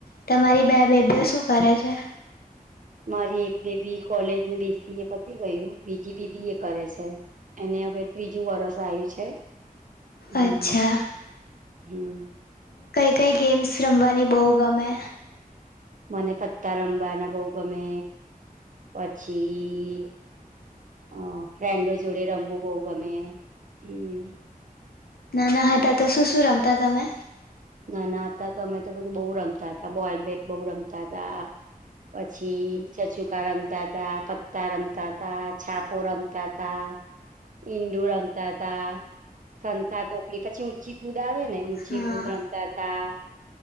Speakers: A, on the left; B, on the right.
A: તમારી બે બેબીઓ શું કરે છે
B: મારી એક બેબી કોલેજ નું બીસીએ પતી ગયું બીજી બી બી એ કરે છે એને હવે ત્રીજું વરર્ષ આવ્યું છે હમ
A: અચ્છા
B: હમ
A: કંઈ ગેમ્સ રમવાની બહુ ગમે
B: મને પત્તા રમવાના બહુ ગમે પછી અ ફ્રેન્ડો જોડે રમવું બહુ ગમે હમ
A: ના ના હતા તો શું શું રમતા તમે
B: ના ના હતા તો અમે તો બધું બહુ રમતા હતા બોલ બેટ બહુ રમતા હતા પછી છચુકા રમતા તા પત્તા રમતા તા છાપો રમતા તા ઇંડુ રમતા તા સંતા કોકરી પછી ઊંચી કૂદ આવે ને ઊંચી
A: હા
B: કૂદ રમતા તા